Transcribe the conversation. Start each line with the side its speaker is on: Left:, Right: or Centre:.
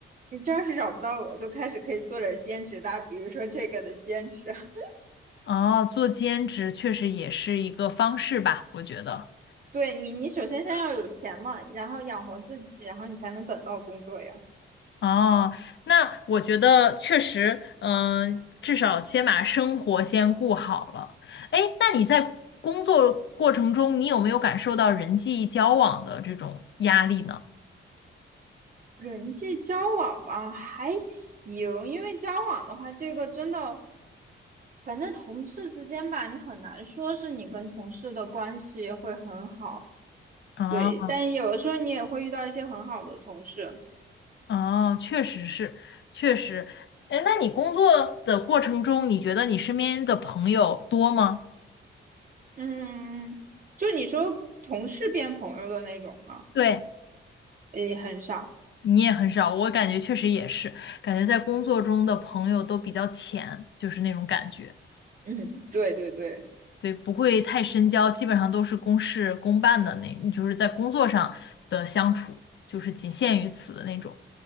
Right: 你这要是找不到我，就开始可以做点儿兼职啦，比如说这个的兼职。<laughs>
Left: 哦，做兼职确实也是一个方式吧，我觉得。
Right: 对你，你首先先要有钱嘛，然后养活自己，然后你才能等到工作呀。
Left: 哦，那我觉得确实，嗯、至少先把生活先顾好了。哎，那你在工作过程中，你有没有感受到人际交往的这种压力呢？
Right: 人际交往嘛，还行，因为交往的话，这个真的，反正同事之间吧，你很难说是你跟同事的关系会很好。
Left: 啊？
Right: 对，但有的时候你也会遇到一些很好的同事，
Left: 哦，确实是，确实。哎，那你工作的过程中，你觉得你身边的朋友多吗？
Right: 嗯，就你说同事变朋友的那种吗？
Left: 对，
Right: 也很少，
Left: 你也很少，我感觉确实也是，感觉在工作中的朋友都比较浅，就是那种感觉。
Right: 嗯，对对对
Left: 对，不会太深交，基本上都是公事公办的那，就是在工作上的相处，就是仅限于此的那种。